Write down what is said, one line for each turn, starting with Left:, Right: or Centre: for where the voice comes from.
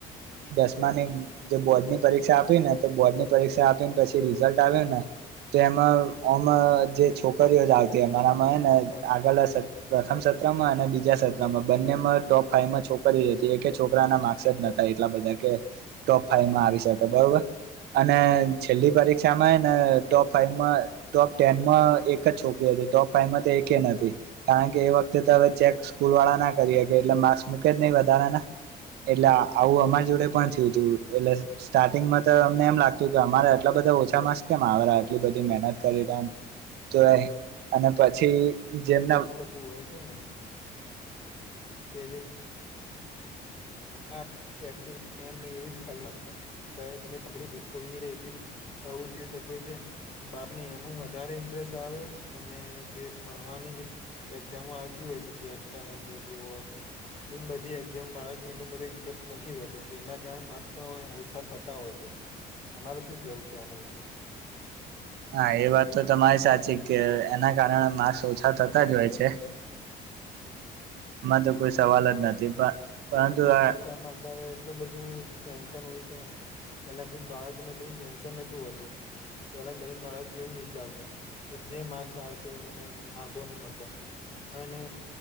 Right: દસમાંની જે બોર્ડ ની પરીક્ષા આપી ને તો બોર્ડની પરીક્ષા આપીને પછી રિઝલ્ટ આવેને. તો એમાંમ જે છોકરીઓ જ આવતી, અમારામાં હ ને
Left: હા
Right: આગળ. પ્રથમ સત્રમાં અને બીજા સત્રમાં બંનેમાં ટોપ ફાયમાં છોકરી હતી, એક છોકરાના માર્કસ જ ન હતા. બધા કે ટોપ ફાઈવમાં આવી શકે, બરોબર. અને
Left: બરાબર
Right: છેલ્લી પરીક્ષામાંને ટોપ ફાઈવમાં, ટોપ ટેનમાં એક જ છોકરી હતી, ટોપ ફાઈવમાં તો એકેય નથી.. કારણ કે એ વખતે તો હવે ચેક સ્કૂલ વાળા ના કરીએ કે, એટલે માર્ક્સ મૂકે જ નહીં વધારાના. એટલે આવું અમારા જોડે પણ થયું તું, એટલે સ્ટાર્ટિંગમાં તો અમને એમ લાગતું કે અમારે એટલા બધા ઓછા માસ કેમ આવતા હશે, આટલી બધી મહેનત કરી તો. તો અને પછી જેમને
Left: તું હોય છે, ને કે જેમ. હા. એક્ટીવ‌ એવું જ ખાલી લાગતું, <unintelligible> આવુ ધ્યાન રાખતા. બારને એમાં વધારે ઇન્ટરેસ્ટ આવે, અને જે ભણવાની જેમ. એક્ઝામ આવતી હોય છે, જે એક્સ્ટ્રા જે હોય એ બધી એક્ઝામા બાળક. એટલું બંધુ ઇન્ટરેસ્ટ નથી હોય, તો તેના કારણે માર્ક્સ પણ ઓછા થતા હોય છે. અમારૂ શું કહેવું છે, આના વિશે?
Right: હા, એ વાત તો તમારી સાચી કે એના કારણે માર્સ ઓછા થતા જ હોય છે. મા તો. કોઈ સવાલ જ નથી પણ
Left: અને
Right: પરંતુ
Left: પાછુ
Right: હા
Left: પરીક્ષામાં અત્યારે એટલું બધું ટેન્શન હોય છે ને. પેલા બેન, બાળકોને એટલુ ટેન્શન નતું હોતું. પેલા બધા બાળકો એવુ વિચારતા કે જે માર્ક્સ આવશે, એ મને વાંધો નહીં, મતલબ અને